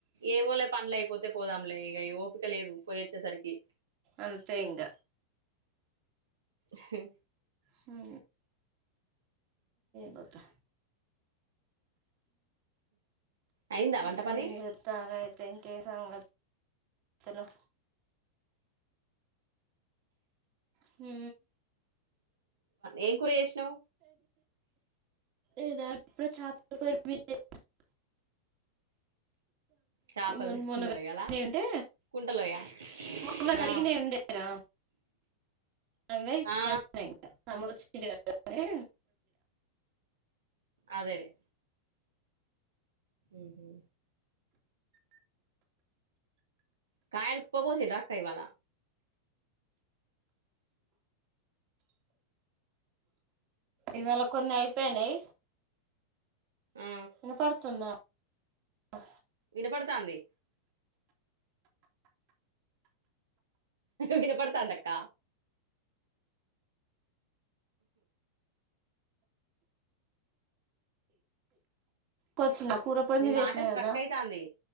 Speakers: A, on the right; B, on the right.
A: ఏవోలే పండ్లు అయిపోతే పోదాంలే ఇగ ఓపిక లేదు పొయ్యి వచ్చేసరికి
B: అంతే ఇంగ
A: హ
B: హు పోతా
A: అయిందా వంట
B: ఇంకా
A: పని
B: ఎం చెత్తరైత్ తె ఇంకేం సంగతులు హు
A: ఏ కూర చేసి హలో
B: ఏదప్పుడు చాప బ <unintelligible>
A: చేపలు
B: మొన్న
A: తీసుకున్నారా
B: అడిగిన
A: ఇయ్యాల
B: అంటే
A: కుంటలోయా
B: మొన్నకు
A: ఆ
B: అడిగినాయింటడిర అవ్వే ఇప్పుడు
A: ఆ
B: ఉన్నాయ్ ఇంకా తమ్ముడోచ్చి <unintelligible> నే
A: అదేలేే మ్ హు కాయలు కుప్ప పోసిండ్రా అక్క ఇవ్వాళ
B: ఇవాళ కొన్ని అయిపోయినయ్
A: ఆ
B: వినపడుతుందా అ
A: వినపడతాంది వినపడతంది అక్క
B: కొచ్చినం కూర పోయి
A: నీ
B: మీద
A: మాట
B: ఏసినా
A: స్ట్రక్
B: కదా
A: అయితాంది